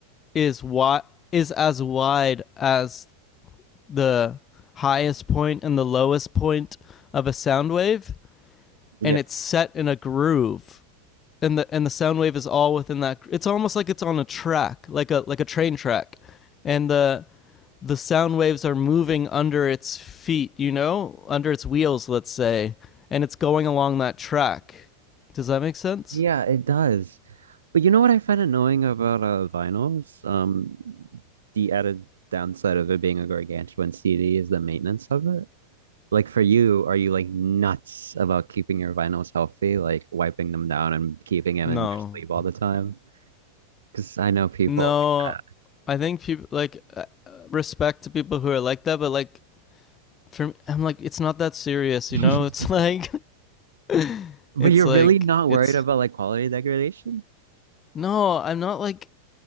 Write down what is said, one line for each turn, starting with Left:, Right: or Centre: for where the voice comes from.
Left: is what is as wide as the highest point and the lowest point of a sound wave,
Right: Yeah.
Left: and it's set in a groove and the and the sound wave is all within that. It's almost like it's on a track, like a like a train track, and the the sound waves are moving under its feet, you know, under its wheels, let's say, and it's going along that track. Does that make sense?
Right: Yeah, it does. But you know what I find annoying about uh, vinyls? Um, the added downside of it being a gargantuan CD is the maintenance of it. Like for you, are you like nuts about keeping your vinyls healthy, like wiping them down and keeping them
Left: No,
Right: in their sleeve all the time? Because I know people
Left: no.
Right: like
Left: I think people like uh, respect to people who are like that, but like for me, I'm like it's not that serious,
Right: that.
Left: you know. It's
Right: <laughs>
Left: like <laughs>
Right: But
Left: it's
Right: you're
Left: like
Right: really not
Left: it's
Right: worried about like quality degradation?
Left: no, I'm not like